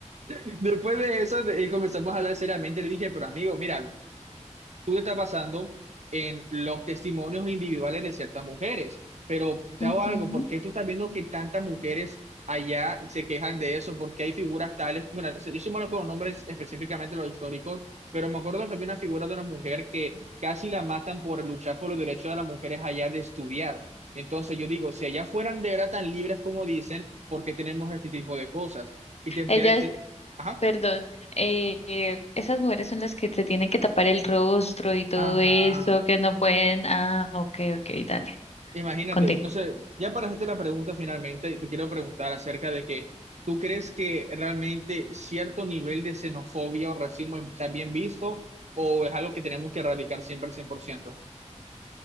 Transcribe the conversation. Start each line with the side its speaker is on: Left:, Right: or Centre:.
Right: Pero después de eso de- comenzamos a hablar seriamente. Le dije, pero amigo, mira, tú te estás basando en los testimonios individuales de ciertas mujeres. Pero te
Left: Ujú.
Right: hago algo, ¿por qué tú estás viendo que tantas mujeres allá se quejan de eso? ¿Por qué hay figuras tales? Bueno, se- yo malo con los nombres específicamente los históricos, pero me acuerdo que había una figura de una mujer que casi la matan por luchar por los derechos de las mujeres allá de estudiar. Entonces yo digo, si allá fueran de verdad tan libres como dicen, ¿por qué tenemos este tipo de cosas? Y te, te-
Left: Ellas,
Right: te- ajá,
Left: perdón, eh, eh, esas mujeres son las que se tienen que tapar el rostro y todo
Right: ajá.
Left: eso, que no pueden. Ah, ok, ok, dale,
Right: Imagínate,
Left: continúa.
Right: entonces, ya para hacerte la pregunta finalmente, te quiero preguntar acerca de que tú crees que realmente cierto nivel de xenofobia o racismo está bien visto o es algo que tenemos que erradicar siempre al 100%.